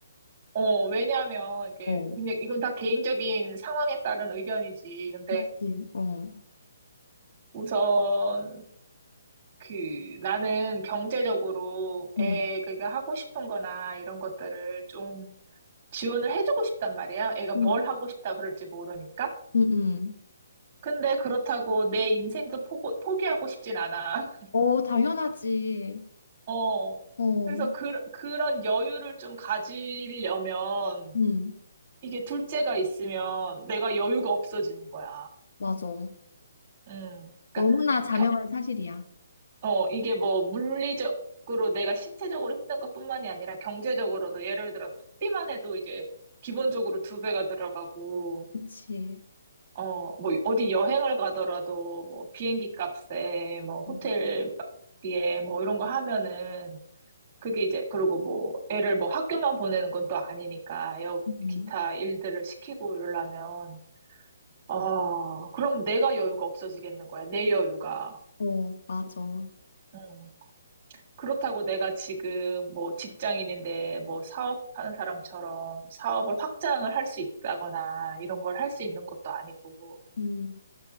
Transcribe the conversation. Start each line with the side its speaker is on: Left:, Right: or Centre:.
Right: 어 왜냐하면 이게
Left: 어,
Right: 그냥 이건 다 개인적인 상황에 따른 의견이지. 근데
Left: 그치. 어,
Right: 우선 그 나는 경제적으로 애가
Left: 음,
Right: 하고 싶은 거나 이런 것들을 좀 지원을 해주고 싶단 말이야. 애가
Left: 음,
Right: 뭘 하고 싶다 그럴지 모르니까.
Left: 음. 음.
Right: 근데 그렇다고 내 인생도 포고, 포기하고 싶진 않아. <laughs>
Left: 어, 당연하지.
Right: 어.
Left: 어,
Right: 그래서 그, 그런 여유를 좀 가지려면
Left: 음,
Right: 이게 둘째가 있으면 내가 여유가 없어지는 거야.
Left: 맞아.
Right: 음. 그러니까
Left: 너무나 자명한
Right: 겨-
Left: 사실이야.
Right: 어, 이게 뭐 물리적으로 내가 신체적으로 힘든 것뿐만이 아니라 경제적으로도 예를 들어서 학비만 해도 이제 기본적으로 두 배가 들어가고
Left: 그치.
Right: 어, 뭐, 어디 여행을 가더라도, 뭐, 비행기 값에, 뭐, 호텔비에,
Left: 음,
Right: 뭐, 이런 거 하면은, 그게 이제, 그리고 뭐, 애를 뭐 학교만 보내는 건 또 아니니까, 여,
Left: 음.
Right: 기타 일들을 시키고 이러려면, 어, 그럼 내가 여유가 없어지겠는 거야, 내 여유가.
Left: 어, 맞아.
Right: 음. 그렇다고 내가 지금 뭐 직장인인데 뭐 사업하는 사람처럼 사업을 확장을 할 수 있다거나 이런 걸 할 수 있는 것도 아니고,
Left: 음,